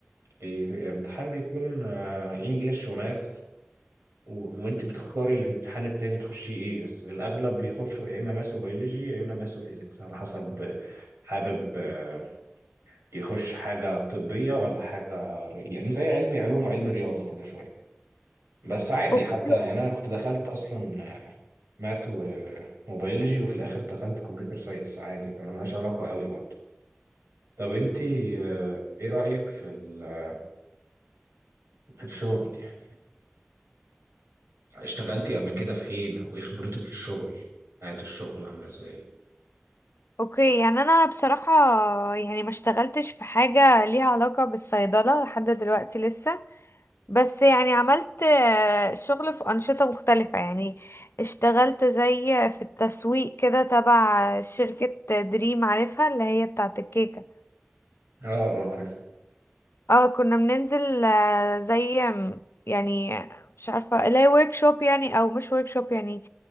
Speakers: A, on the right; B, on the left.
A: بي... امتحان بيكون انجلش وماث و... وانت بتختاري الامتحان التاني تخشي ايه بس الأغلب بيخشوا يا إما ماث وبيولوجي يا إما ماث وفيزيكس على حسب حابب آه، يخش حاجة طبية ولا حاجة ر- يعني زي علمي علوم وعلم رياضة كده شوية بس عادي
B: اوكي
A: حتى يعني انا كنت دخلت اصلا ماث و- وبيولوجي وفي الاخر دخلت كمبيوتر ساينس عادي فانا ملهاش علاقه قوي برضه طب انت آه، ايه رايك في ال- في الشغل يعني اشتغلتي قبل كده فين او ايه خبرتك في الشغل حياه الشغل عامله ازاي
B: اوكي يعني انا بصراحة يعني ما اشتغلتش في حاجة ليها علاقة بالصيدلة لحد دلوقتي لسه بس يعني عملت آه، شغل في أنشطة مختلفة يعني اشتغلت زي في التسويق كده تبع شركة دريم عارفها اللي هي بتاعة الكيكة
A: اه اه عرفت
B: اه كنا بننزل آه، زي م- يعني مش عارفة اللي هي ورك شوب يعني او مش ورك شوب يعني